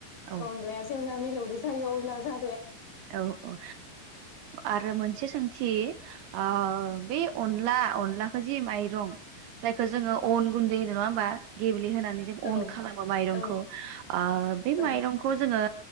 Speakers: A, on the right; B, on the left.
A: औ
B: अनलाया जेब्ला मिलावदो जायो अब्ला जा
A: औ औ ओ आरो मोनस से सोंथि ओ बे अनला अनलाखौ जि माइरं जायखौ जोङो अन गुन्दै होनो नङा होमबा। गेब्ले होना जों
B: औ
A: अन खालामो जों माइरंखौ
B: औ
A: ओ बे
B: औ
A: माइरंखौ जोङो